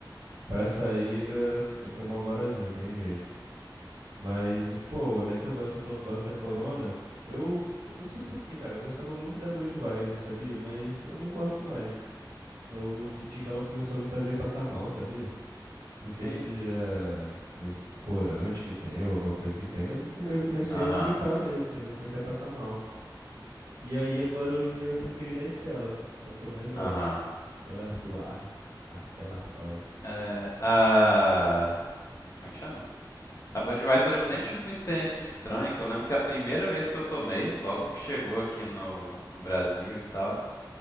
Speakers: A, on the right; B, on the left.
A: Pra sair, a galera tem que tomar um gorazinho, tem jeito. Mas, pô, daqui eu gosto, você falou que gosta da Corona. Eu, eu não sei por quê, cara. Eu gostava muito da Budweiser, sabia? Mas eu não gosto mais. Eu senti que ela começou a me fazer passar mal, sabia? Não sei
B: Que isso?
A: se é os corantes que tem ou alguma coisa que tem, mas come- eu comecei
B: Aham,
A: a vomitar mesmo, entendeu? Comecei a passar mal. E aí agora hoje em dia minha preferida é a Stella, é a que eu mais gosto.
B: aham.
A: Stella Artois, Artella Artois.
B: É, a... Como é que chama? A Budweiser eu sempre tive uma experiência estranha, que eu lembro que a primeira vez que eu tomei, logo que chegou aqui no, no Brasil e tal,